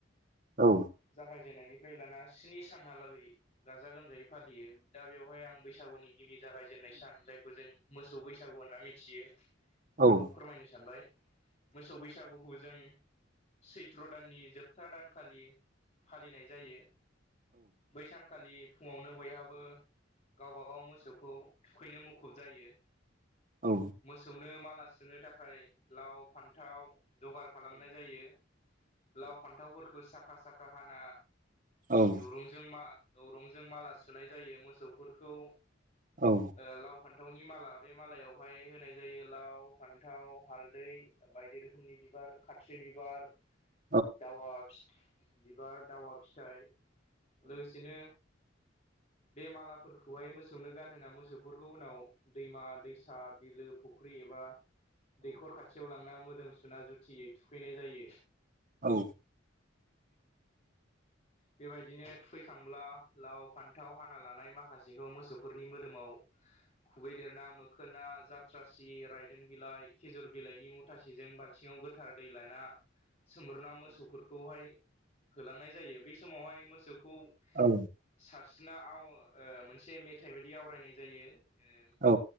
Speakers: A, on the right; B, on the left.
A: औ।
B: जागायजेननायनिफ्राय लाना स्नि सानहालागै गाजा गोमजायै फालियो दा बेवहाय आं बैसागुनि गिबि जागायजेननाय सान जाय जों मोसौ बैसागु होनना मिथियो बेखौ
A: औ औ
B: फोरमायनो सानबाय मोसौ बैसागु खौ जों सैथ्र दाननि जोबथा दानखालि फालिनाय जायो बै सानखालि फुङावनो बयहाबो गावबागाव मोसौखौ थुखैनो मुखुब जायो।
A: औ।
B: मोसौनो माला सुनो थाखाय लाव फान्थाव जगार खालामनाय जायो लाव फान्थावफोरखौ साखा साखा हाना
A: औ
B: दुरुंजों मा अरंजों माला सुनाय जायो मोसौफोरखौ।
A: औ।
B: लाव फान्थावनि माला बे मालायावहाय होनाय जायो लाव फान्थाव हालदै। बायदि रोखोमनि बिबार खाथ्रि बिबार।
A: <inaudible>
B: दावा फिथ बिबार दावा फिथाइ। लोगोसेनो बे मालाफोरखौहाय मोसौनो गानहोना मोसौफोर खौ उनाव दैमा दैसा बिलो फुख्रि एबा दैखर खाथ थियाव लांना मोदोम सुना जुथियै थुखैनाय जायो।
A: औ।
B: बेबायदिनो थुखैखांब्ला लाव फान्थाव हाना लानाय मा माखासेखौ मोसौफोरनि मोदोमाव खुबैदेरना मोखोना जाथ्रासि रायदों बिलाइ खेजुर बिलाइनि मु थासेजों बाल्थिङाव गोथार दै लायना सोमब्रना मोसौफोरखौहाय होलांनाय जायो बै समावहाय मोसौखौ
A: औ।
B: सारस्रिना आव ओ मोनसे मेथाइ बायदि आवरायनाय जायो ओ।
A: औ।